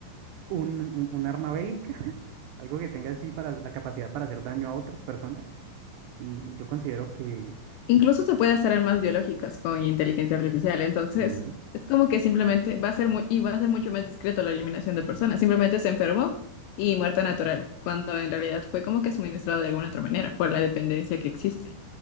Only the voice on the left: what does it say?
Incluso se puede hacer armas
biológicas con inteligencia artificial, entonces
es como que simplemente va a ser muy, y va a ser mucho más discreto la eliminación de personas, simplemente se enfermó y muerte natural, cuando en realidad fue como que suministrado de alguna otra manera por la dependencia que existe.